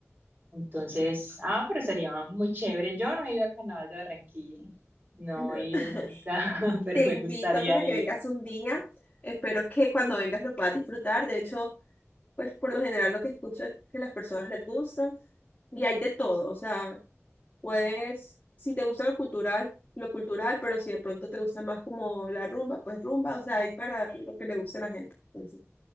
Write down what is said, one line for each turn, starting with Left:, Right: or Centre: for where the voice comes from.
Right: Entonces, ah, pero sería muy chévere. Yo no he ido al carnaval de Barranquilla, no
Left: No.
Right: he ido
Left: <laughs>
Right: nunca, <laughs> pero
Left: Te
Right: me
Left: invito
Right: gustaría
Left: para que
Right: ir.
Left: vengas un día. Espero que cuando vengas lo puedas disfrutar. De hecho, pues por lo general lo que escucho es que las personas les gustan y hay de todo. O sea, Puedes, si te gusta lo cultural, lo cultural, pero si de pronto te gusta más como la rumba, pues rumba, o sea, hay para lo que le guste a la gente. Entonces,